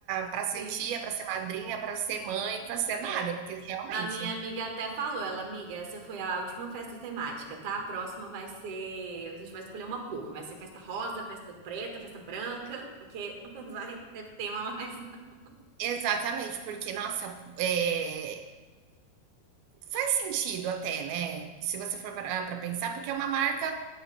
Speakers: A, on the right; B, on the right.
A: pra ser
B: Sim.
A: tia, para ser madrinha, para ser mãe, para ser
B: É.
A: nada, porque realmente
B: A minha amiga até falou, ela, amiga, essa foi a última festa temática, tá? A próxima vai ser, a gente vai escolher uma cor, vai ser festa rosa, festa preta, festa branca, porque <laughs> não vai ter tema mais. <laughs>
A: exatamente, porque nossa, eh, Faz sentido até, né? Se você for para pensar, porque é uma marca